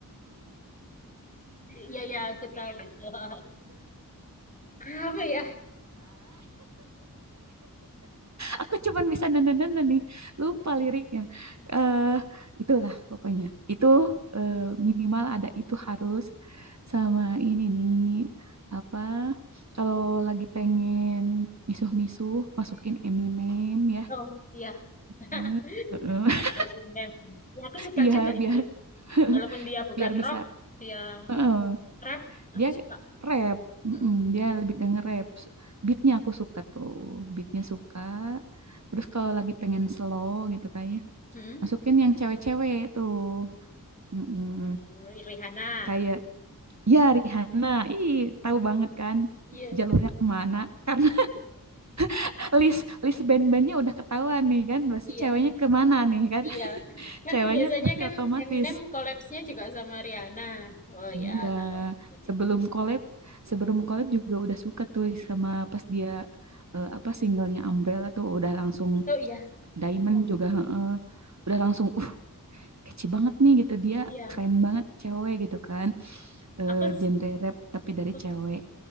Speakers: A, on the left (about 20°); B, on the right (about 50°).
A: Iya ya aku tahu. <laughs> Apa ya?
B: Aku cuman bisa nenenenen nih, lupa liriknya. eh itulah pokoknya. Itu eh, minimal ada itu harus sama ini nih apa kalau lagi pengen misuh-misuh masukin Eminem ya.
A: Oh iya. <laughs>
B: Hmm. Heeh. <laughs>
A: Eminem. Ya, aku suka
B: Iya,
A: juga itu.
B: biar <laughs>
A: Walaupun dia bukan
B: biar bisa.
A: rock, dia
B: Heeh.
A: rap, aku
B: Dia
A: suka.
B: rap,
A: Mm-mm.
B: Mm-mm, dia lebih ke nge-rap. Beatnya aku suka tuh, beatnya suka. Terus kalau lagi pengen slow gitu kan ya,
A: Mm-mm.
B: masukin yang cewek-cewek tuh Mm-mm.
A: Hmm, Rihanna.
B: kayak ya Rihanna ih tahu banget kan
A: Iya,
B: jalurnya kemana karena <laughs> list list band-bandnya udah ketahuan nih kan pasti
A: iya,
B: ceweknya kemana nih kan
A: iya.
B: <laughs>
A: Kan
B: ceweknya
A: biasanya
B: pasti
A: kan
B: otomatis
A: Eminem collabsnya juga sama Rihanna. Oh
B: iya
A: ya, tahu. Oh
B: sebelum collab sebelum collab juga udah suka tuh sama pas dia eh, apa singlenya Umbrella tuh udah langsung
A: iya.
B: Diamond
A: Oh
B: juga heeh. udah langsung uh kece banget nih gitu dia
A: iya.
B: keren banget cewek gitu kan eh
A: Aku
B: genre rap tapi dari
A: suka,
B: cewek